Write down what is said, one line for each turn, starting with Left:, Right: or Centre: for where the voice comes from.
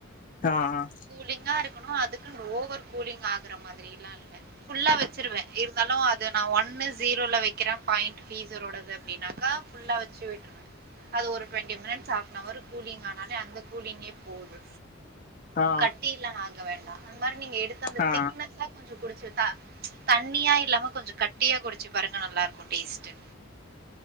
Left: ஆ
Right: கூலிங்கா இருக்கணோ அதுக்கு ஓவர் கூலிங் ஆகுற மாதிரி எல்லா இல்ல ஃபுல்லா வச்சுருவ இருந்தாலு அது நான் ஒன்னு ஜீரோல வக்கிற பாயிண்ட் ப்ரீஸ்ரோடது அப்டின்னா கா ஃபுல்லா வெச்சு விட்ருவ அது ஒரு டுவெண்ட்டி மினிட்ஸ் ஆஃப்னவர் கூலிங் ஆனாலே அந்த கூலிங்கே போது
Left: ஆ
Right: கட்டிலா ஆக வேண்டா அந்த மாரி நீங்க எடுத்த அந்த
Left: ஆ
Right: திக்னஸா கொஞ்சோ குடிச்சு தா தண்ணியா இல்லாம கொஞ்சோ கட்டியா குடிச்சு பாருங்க நல்லா இருக்கோ டேஸ்ட்டு